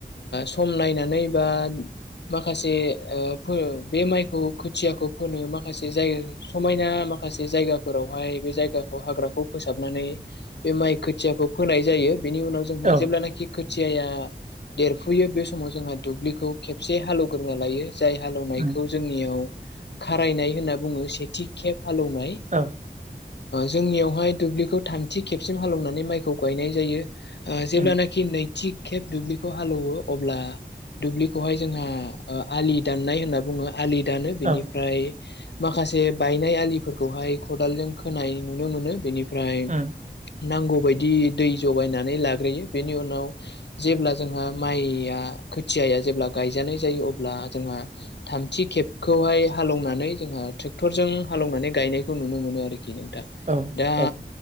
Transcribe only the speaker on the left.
सम नायनानै बा,, माखासे फोयो बे माइखौ खोथियाखौ फोनो माखासे जाय समायना,, माखासे जायगाफोरावहाय बे जायगाखौ हाग्राखौ फोसाबनानै बे माइ खोथियाखौ फोनाय जायो। बेनि उनाव जोंहा
जेब्लानिकि खोथियाया देरफुयो बे समाव जोंहा, दुब्लिखौ खेबसे हालेवग्रोना लायो जाय हालेवनायखौ
जोंनियाव,, खारायनाय होनना बुङो सेथि खेब हालौनाय,,,
जोंनियावहाय दुब्लिखौ थामथि खेबसिम हालौवनानै माइखौ गायनाय जायो । जेब्लानाखि
नैथि खेब दुब्लिखौ हालौवो अब्ला,,, दुब्लिखौहाय जोंहा आलि दाननाय होनना बुङो ।आलि दानो बिनिफ्राय,,
माखासे बायनाय आलिफोरखौहाय खदालजों खोनाय नुनो मोनो बेनिफ्राय,,
नांगौबायायदि दै जगायनानै लाग्रोयो बेनि उनाव जेब्ला जोंहा माइया खोथियाया जेब्ला गायजानाय जायो अब्ला जोंहा थामथि खेबखौहाय हालौनानै जोंहा ट्रेक्टरजों हालौनानै गायनायखौ नुनो मोनो आरोखि नोंथां
दा